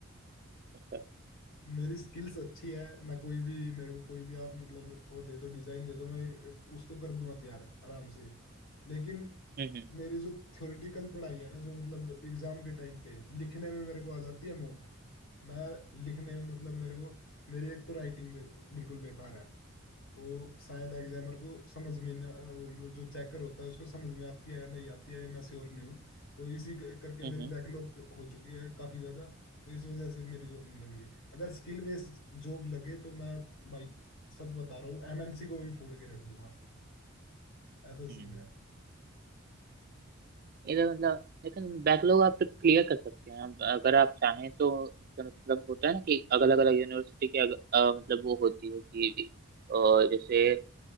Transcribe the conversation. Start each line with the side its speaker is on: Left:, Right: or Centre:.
Right: अच्छा
Left: मेरी स्किल्स अच्छी है मैं कोई भी मेरे को कोई भी आप मतलब वो दे दो डिजाइन दे दो मैं एक- उसको कर दूंगा तैयार आराम से लेकिन
Right: हम्म
Left: मेरी जो थ्योरेटिकल पढ़ाई है ना जो मतलब एग्जाम के टाइम पे लिखने में मेरे को आ जाती है मौत मैं लिखने में मतलब मेरे को मेरी एक तो राइटिंग बिल्कुल बेकार है वो शायद एग्जामर को समझ में ना वो मतलब जो चेकर होता है उसको समझ में आती है या नहीं आती है ये मैं श्योर नहीं हूँ तो इसी क- करके
Right: हम्म
Left: मेरी बैकलॉग हो चुकी है काफी ज्यादा तो इस वजह से मेरी जॉब नहीं लग रही अगर स्किल बेस्ड जॉब लगे तो मैं भाई सच बता रहा हूँ एमएनसी को भी फोड़ के रख दूंगा ऐसा
Right: हम्म
Left: सीन है
Right: इधर मतलब लेकिन बैकलॉग आप तो क्लियर कर सकते हैं अब अगर आप चाहें तो इसका मतलब होता है ना कि अलग अलग यूनिवर्सिटी के अग, अ, मतलब वो होती है कि अ, जैसे